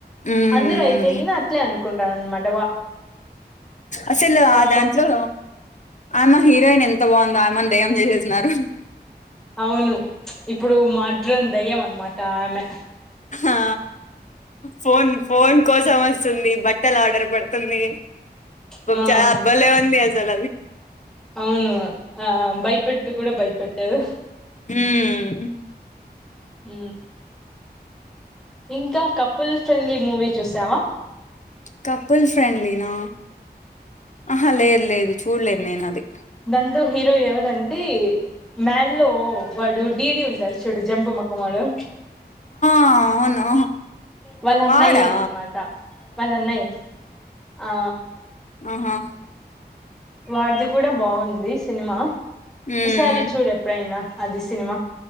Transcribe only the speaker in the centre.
అందరు అయితే గిన అట్లే అనుకుంట. <unintelligible>
కాక
అవును ఇప్పుడు మాడ్రన్ దెయ్యం అన్నమాట టామె
ఆ
అవును ఆ బయపెట్టు కూడా బయపెట్టదు
మ్ ఇంకా కపుల్ ఫ్రెండ్లీ మూవీ చూసావా
దాంట్లో హీరో ఎవడంటే మ్యాడ్ ల్లో వాడు డీడీ ఉంటాడు చూడు జంబూ మొఖం ఓడు
వాళ్ళ అన్నయ్యే
అన్నమాట వాళ్ళ అన్నయ్య ఆ
వాడిది కూడా బాగుంది సినిమా
ఈసారి చూడు ఎపుడైనా అది సినిమా